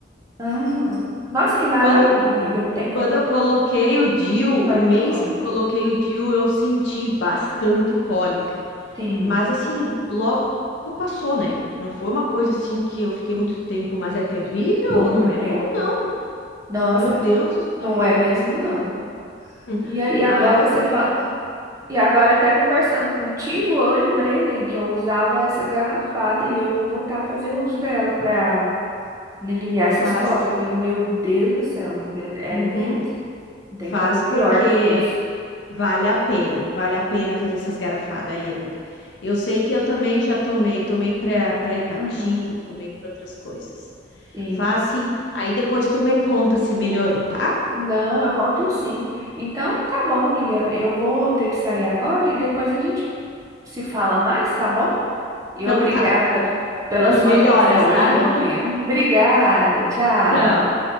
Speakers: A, on the right (about 15°); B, on the left (about 65°).
A: Ah, Nossa, que maravilha,
B: Quando eu,
A: amiga. Não tem coisa
B: quando eu coloquei o DIU,
A: pior
B: o mês
A: que cômica.
B: que eu coloquei o DIU, eu senti bastante cólica.
A: Sim,
B: Mas assim, logo passou, né? Não foi uma coisa assim que eu fiquei muito tempo, mas é terrível,
A: durou muito
B: não é
A: tempo,
B: bom,
A: né?
B: não.
A: Nossa,
B: Meu Deus do céu.
A: não é mesmo, não.
B: Hum.
A: E aí
B: Ah,
A: agora
B: eu falei
A: você fala.
B: sim.
A: E agora até conversando contigo, eu lembrei, né, que eu usava essa garrafada e eu vou voltar a fazer uso dela pra me aliviar essas
B: Faz.
A: cólicas, que, meu Deus do céu, amiga, é
B: Uhum.
A: tenso. Não tem
B: Faz
A: coisa pior
B: porque
A: que isso.
B: vale a pena, vale a pena fazer essas garrafadas aí, amiga. Eu sei que eu também já tomei, tomei para para hepatite,
A: Uhum,
B: tomei para outras coisas.
A: sim.
B: Faz sim. Aí depois tu me conta se melhorou, tá?
A: Não, eu conto sim. Então, tá bom, amiga. Eu vou ter que sair agora e depois a gente se fala mais, tá bom? E
B: Então
A: obrigada
B: tá. <laughs>
A: pela
B: Melhoras,
A: sua atenção hoje
B: tá?
A: pela manhã. Obrigada, tchau.
B: Tchau.